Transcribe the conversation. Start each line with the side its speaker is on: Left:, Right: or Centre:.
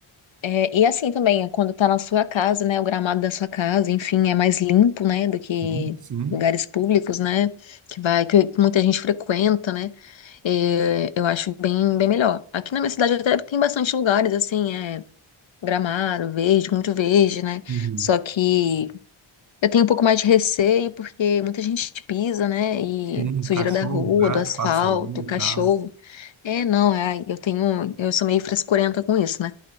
Left: É, e assim também, é quando tá na sua casa, né? O gramado da sua casa, enfim, é mais limpo, né? Do que
Right: sim, sim.
Left: lugares públicos, né? Que vai, que muita gente frequenta, né? é, eu acho bem, bem melhor. Aqui na minha cidade até tem bastante lugares, assim, é gramado, verde, muito verde, né?
Right: Uhum.
Left: Só que eu tenho um pouco mais de receio porque muita gente pisa, né? E
Right: Sim,
Left: sujeira
Right: cachorro,
Left: da rua,
Right: gato,
Left: do asfalto,
Right: passarinho
Left: cachorro.
Right: e tal.
Left: É, não, é, eu tenho, eu sou meio frescurenta com isso, né?